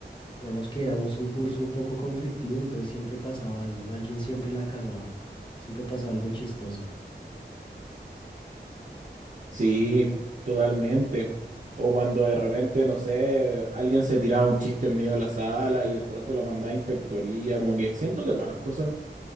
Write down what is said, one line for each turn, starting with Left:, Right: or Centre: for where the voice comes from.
Left: Digamos que éramos un curso un poco conflictivo, entonces siempre pasaba algo, alguien siempre la cagaba, siempre pasaba algo chistoso.
Right: Sí, totalmente. O cuando de repente, no sé, alguien se tiraba un chiste en medio de la sala y el profe lo mandaba a inspectoría, como que siento que todas las cosas